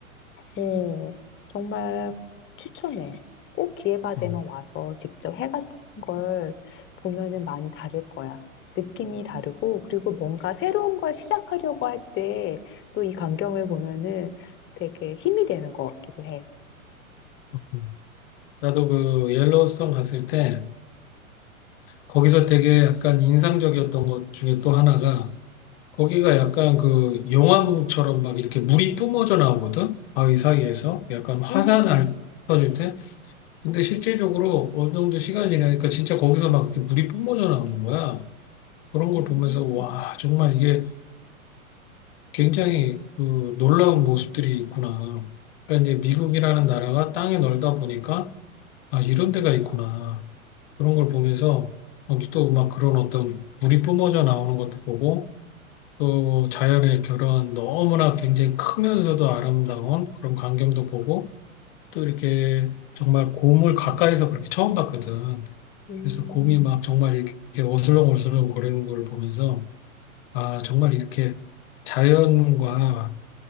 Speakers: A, on the left; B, on the left.
A: 어, 정말 추천해. 꼭 기회가 되면
B: 어,
A: 와서 직접 해 같은 걸 보면은 많이 다를 거야. 느낌이 다르고, 그리고 뭔가 새로운 걸 시작하려고 할 때 또 이 광경을 보면은 되게 힘이 되는 것 같기도 해.
B: 음. 나도 그 옐로우스톤 갔을 때 거기서 되게 약간 인상적이었던 것 중에 또 하나가 거기가 약간 그 용암처럼 막 이렇게 물이 뿜어져 나오거든. 바위 사이에서 약간 화산
A: 음,
B: 알 터질 때. 근데 실제적으로 어느 정도 시간이 지나니까 진짜 거기서 막 이렇게 물이 뿜어져 나오는 거야. 그런 걸
A: 음,
B: 보면서 와, 정말 이게 굉장히 그 놀라운 모습들이 있구나. 그러니까 이제 미국이라는 나라가 땅이 넓다 보니까 아, 이런 데가 있구나. 그런 걸 보면서 또 막 그런 어떤 물이 뿜어져 나오는 것도 보고 또 자연의 그런 너무나 굉장히 크면서도 아름다운 그런 광경도 보고 또 이렇게 정말 곰을 가까이서 그렇게 처음 봤거든.
A: 음.
B: 그래서 곰이 막 정말 이렇게 어슬렁어슬렁 거리는 걸 보면서 아, 정말 이렇게 자연과